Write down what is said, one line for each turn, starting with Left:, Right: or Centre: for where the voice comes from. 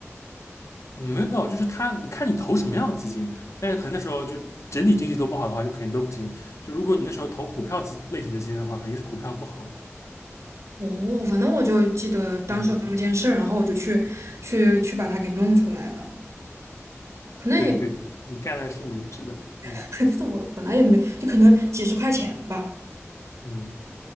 Left: 嗯没有，就是他，你看你投什么样的基金，但是可能那时候就整体经济都不好的话，就肯定都不行。就如果你那时候投股票基类型的基金的话，肯定是股票不好了。
Right: 哦，反正我就记得当时有那么件事儿，
Left: 嗯，
Right: 然后我就去去去把它给弄出来了。可能也，
Left: 对对对，你干的是明智的。嗯
Right: <laughs> 但是我本来也没，就可能几十块钱吧。
Left: 嗯